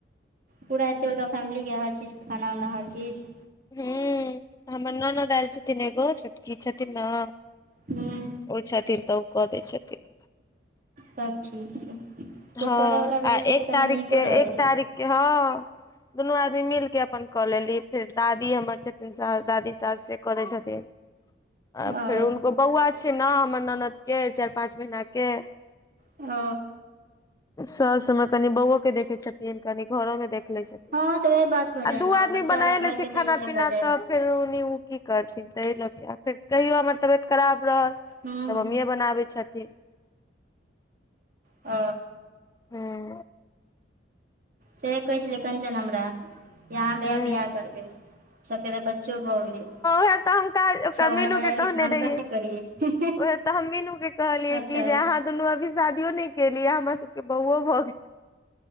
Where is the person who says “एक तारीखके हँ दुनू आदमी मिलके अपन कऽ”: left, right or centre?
Left